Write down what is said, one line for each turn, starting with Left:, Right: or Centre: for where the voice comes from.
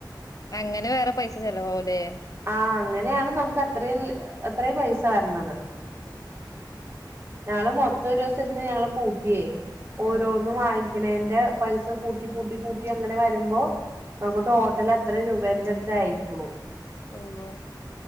Left: അങ്ങനെ വേറെ പൈസ ചെലവാവുലേ?
Right: ആഹ് അങ്ങനെയാണ് നമുക്ക് അത്രയും ഹ്മ് അത്രയും പൈസ വര്നത്. ഞങ്ങള് മൊത്തം ഒരൂസെര്ന്ന് ഞങ്ങള് കൂട്ട്യേ ഓരോന്നും
Left: ആഹ്
Right: വാങ്ങിക്ക്ണേന്റെ. പൈസ കൂട്ടി കൂട്ടി കൂട്ടി അങ്ങനെ വരുമ്പോ. അപ്പൊ ട്ടോട്ടൽ എത്ര രൂപേന്റെ അട്ത്ത് അയ്ക്ക്ണു.
Left: ഉവ്വോ.